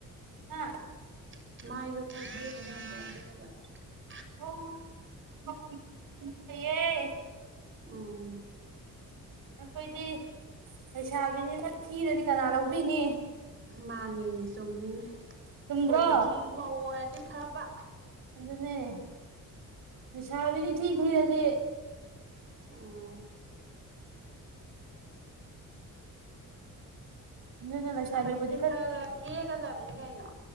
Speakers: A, on the right; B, on the right.
A: ꯍꯥꯥ
B: ꯃꯥꯏꯔꯣꯄꯕ
A: ꯑꯣ
B: ꯎꯝ
A: ꯑꯩꯈꯣꯏꯗꯤ ꯂꯩꯩꯁꯥꯕꯤꯅꯤꯅ ꯊꯤꯔꯗꯤ ꯀꯅꯥ ꯂꯧꯕꯤꯅꯤ
B: ꯃꯥꯅꯤꯅꯦ ꯆꯨꯝꯃꯤꯅꯦ ꯑꯩꯈꯣꯏꯗꯧꯝ
A: ꯆꯨꯝꯗ꯭ꯔꯣ
B: ꯃꯧ ꯑꯣꯏꯔꯗꯤ ꯐꯕ
A: ꯑꯗꯨꯅꯦ ꯄꯩꯁꯥꯕꯤꯅꯤ ꯊꯤ ꯊꯤꯔꯗꯤ
B: ꯎꯝ
A: ꯑꯗꯨꯅ ꯂꯩꯁꯥꯕꯤ
B: ꯑ ꯀ
A: ꯑꯩꯈꯣꯏꯗꯤ ꯈꯔ
B: ꯈꯒ ꯀꯦꯛꯒꯗꯕꯅꯤ ꯀꯩꯅꯣ